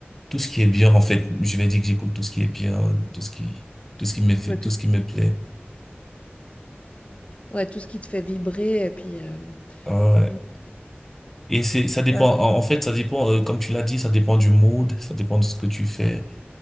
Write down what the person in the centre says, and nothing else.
tout ce qui est bien. En fait, je vais dire que j'écoute tout ce qui est bien, tout ce qui, tout ce qui me fait,
tout
ce qui me plaît.
Ouais.
Et c'est, ça dépend.
En en fait, ça dépend, euh, comme tu l'as dit, ça dépend du mood, ça dépend de ce que tu fais.